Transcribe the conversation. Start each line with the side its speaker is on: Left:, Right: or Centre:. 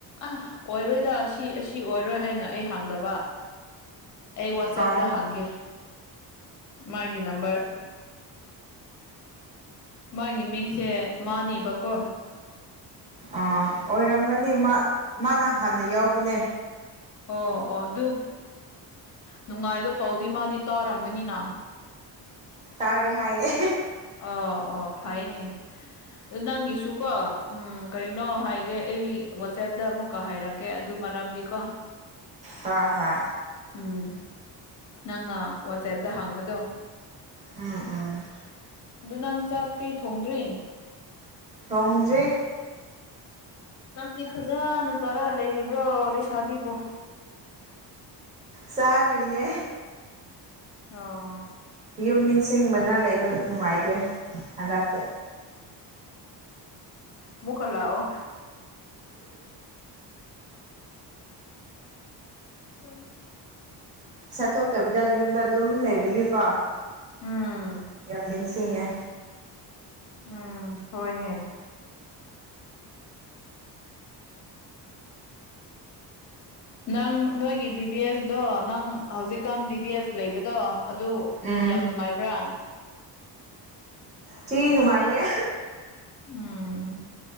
Left: ꯑ ꯑꯣꯏꯔꯣꯏꯗ ꯑꯁꯤ ꯑꯁꯤ ꯑꯣꯏꯔꯣꯏ ꯍꯥꯏꯅ ꯑꯩ ꯍꯪꯗꯕ ꯑꯩ ꯋꯥꯠꯆꯦꯞꯗ
Right: ꯑꯣ
Left: ꯍꯥꯡꯒꯦ ꯃꯥꯒꯤ ꯅꯝꯕ꯭ꯔ ꯃꯥꯒꯤ ꯃꯤꯡꯁꯦ ꯃꯥꯅꯦꯕꯀꯣ
Right: ꯑꯥ ꯑꯣꯏꯔꯝꯒꯅꯤ ꯃꯥ ꯃꯥꯅ ꯍꯥꯟꯅ ꯌꯥꯎꯕꯅꯦ
Left: ꯑꯣ ꯑꯣ ꯗꯨꯞ ꯅꯨꯡꯉꯥꯏꯕ ꯄꯥꯎꯗꯤ ꯃꯥꯗꯤ ꯇꯥꯔꯝꯒꯅꯤꯅ
Right: ꯇꯥꯔꯦ ꯍꯥꯏꯌꯦ <unintelligible>
Left: ꯑꯣ ꯑꯣ ꯐꯩꯅꯦ ꯑ ꯅꯪꯒꯤꯁꯨꯀꯣ ꯎꯝ ꯀꯔꯤꯅꯣ ꯍꯥꯏꯒꯦ ꯑꯩ ꯋꯥꯆꯦꯞꯇ ꯑꯃꯨꯛꯀ ꯍꯥꯏꯔꯛꯀꯦ ꯑꯗꯨ ꯃꯔꯝꯗꯤ ꯀꯣ
Right: ꯍꯣꯏ ꯍꯣꯏ
Left: ꯎꯝ ꯅꯪꯅ ꯋꯥꯆꯦꯞꯇ ꯍꯥꯡꯕꯗꯣ
Right: ꯎꯝ ꯎꯝ
Left: ꯑꯗꯨ ꯅꯪ ꯆꯥꯛꯇꯤ ꯊꯣꯡꯗ꯭ꯔꯤ
Right: ꯊꯣꯡꯗ꯭ꯔꯤ
Left: ꯆꯥꯛꯇꯤ ꯐꯖꯅ ꯆꯥꯔ ꯂꯩꯔꯤꯕ꯭ꯔꯣ ꯂꯩꯁꯥꯕꯤꯕꯨ
Right: ꯆꯔꯤꯌꯦ
Left: ꯑꯣ
Right: ꯌꯨꯝ ꯅꯤꯡꯁꯤꯡꯕꯅ ꯂꯩꯕ ꯅꯨꯡꯉꯥꯏꯇꯦ ꯍꯟꯂꯛꯇꯤ
Left: ꯑꯃꯨꯛꯀ ꯂꯥꯛ ꯑꯣ <inaudible>
Right: ꯆꯠꯊꯣꯛꯇꯕꯤꯗ ꯌꯨꯝꯗ ꯑꯗꯨꯝ ꯂꯩꯕꯒꯤꯀꯣ
Left: ꯎꯝ
Right: ꯌꯥꯝ ꯂꯤꯡꯁꯤꯡꯉꯦ
Left: ꯎꯝ ꯍꯣꯏꯅꯦ ꯅꯪ ꯅꯣꯏꯒꯤ ꯕꯤ ꯕꯤ ꯑꯦꯁꯗꯣ ꯅꯪ ꯍꯧꯖꯤꯛꯀꯥꯟ ꯕꯤ ꯕꯤ ꯑꯦꯁ ꯂꯩꯕꯗꯣ ꯑꯗꯨ
Right: ꯎꯝ
Left: ꯌꯥꯝ ꯅꯨꯡꯉꯥꯏꯕ꯭ꯔꯥ
Right: ꯆꯤ ꯅꯨꯡꯉꯥꯏꯌꯦ
Left: ꯎꯝ